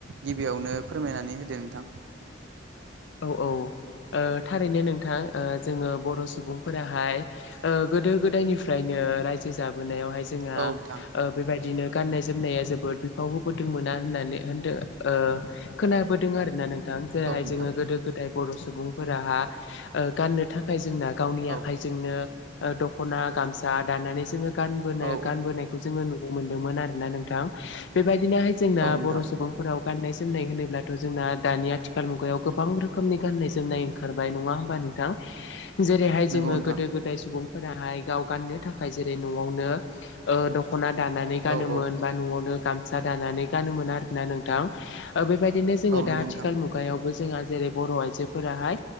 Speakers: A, on the right; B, on the left.
A: गिबियावनो फोरमायनानै होदो नोंथां।
B: औ - औ ओ थारैनो नोंथां जोङो बर' सुबुंफोराहाय ओ गोदो-गोदायनिफ्रायनो ओ रायजो जाबोनायावहाय जोंहा
A: औ नोंथां
B: बेबायदिनो गाननाय जोमनाया जोबोद बिफाव होबोदोंमोना होननानै होनदों ओ खोनाबोदों आरोना नों थां जेरैहाय
A: औ नोंथां
B: जों जाय बर' सुबुंफोराहा गाननो थाखाय जोंना गावनि
A: औ
B: आखाइजोंनो दखना, गामसा दानानै जोङो गानबोनो
A: औ
B: गानबोनायखौ जोङो नु मोनदोंमोन आरोना नोंथां बेबायदिनोहाय जोंना
A: औ नोंथां
B: बर' सुबुंफोराव गाननाय - जोमनाय होनोब्लाथ' जोंना दानि आथिखाल मुगायाव गोबां रोखोमनि गाननाय - जोमनाय ओंखारबाय। नङा होमबा नोंथां? जेरैहाय
A: नंगौ
B: जोङो
A: नोंथां
B: गोदो - गोदाय सुबुं फोराहाय गाव गाननो थाखाय जेरै न'आवनो ओ दखना दानानै गानो
A: औ औ
B: मोन। बा न'आव नों गामसा दानानै गानो मोन आरोना नोंथां बेबायदिनो जोङो
A: औ नंगौ
B: दा आथिखाल
A: नोंथां
B: मुगायाव जोंहा जेरै बर' आइजोफोराहाय